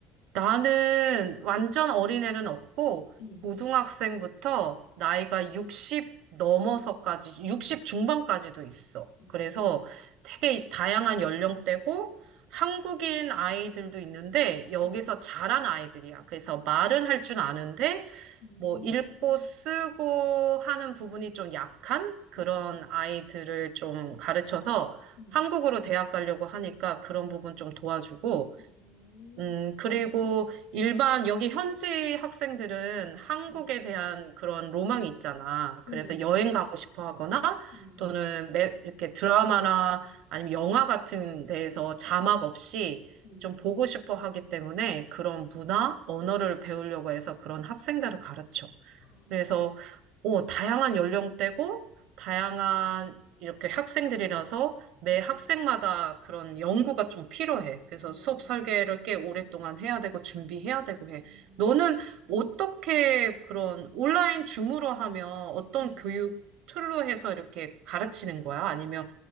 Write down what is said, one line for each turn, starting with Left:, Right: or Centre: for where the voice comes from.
Right: 나는 완전 어린애는 없고,
Left: 음,
Right: 고등학생부터 나이가 60 넘어서까지, 60 중반까지도 있어.
Left: 어,
Right: 그래서 되게 다양한 연령대고, 한국인 아이들도 있는데, 여기서
Left: 음,
Right: 자란 아이들이야. 그래서 말은 할 줄 아는데,
Left: 음,
Right: 뭐, 읽고 쓰고 하는 부분이 좀 약한 그런
Left: 음,
Right: 아이들을 좀 가르쳐서
Left: 음,
Right: 한국으로 대학 가려고 하니까 그런 부분 좀 도와주고,
Left: 어,
Right: 음, 그리고 일반, 여기 현지 학생들은 한국에
Left: 음,
Right: 대한 그런 로망이 있잖아. 그래서
Left: 음,
Right: 여행 가고 싶어 하거나
Left: 음,
Right: 또는 매, 이렇게 드라마나 아니면 영화 같은 데에서 자막 없이
Left: 음,
Right: 좀 보고 싶어 하기 때문에 그런 문화, 언어를 배우려고 해서 그런 학생들을 가르쳐.
Left: 아,
Right: 그래서 오, 다양한 연령대고 다양한 이렇게 학생들이라서 매
Left: 음.
Right: 학생마다 그런 연구가 좀 필요해. 그래서
Left: 아, 음,
Right: 수업 설계를
Left: 어,
Right: 꽤 오랫동안 해야 되고 준비해야 되고 해.
Left: 음.
Right: 너는 어떻게 그런 온라인 줌으로 하면 어떤
Left: 음.
Right: 교육 툴로 해서 이렇게 가르치는 거야? 아니면